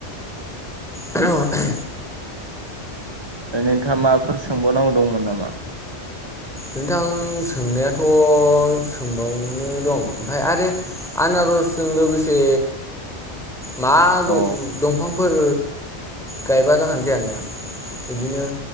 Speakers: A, in the centre; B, on the right.
A: औ ओह <inaudible>
B: ओ नोंथाङा माफोर सोंबावनांगौ दंमोन नामा?
A: नोंथां सोंनायाथ' सोंबावनो दं। ओमफ्राय आरो आनारसजों लोगोसे मा
B: अ
A: दंफांफोर गायबा जागानो जाया नोंथां। बिदिनो